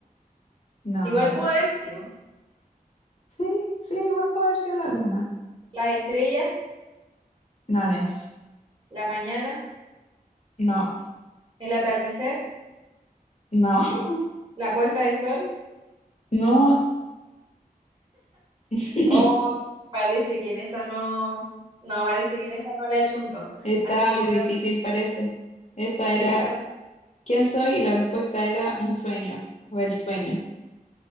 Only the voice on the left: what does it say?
<laughs> no,
no era.
Sí, sí, va a poder ser la luna.
No, Nes.
No,
no,
no. <laughs>
Estaba
muy difícil,
parece. Esta
era
¿quién soy? Y la respuesta era un sueño o el sueño.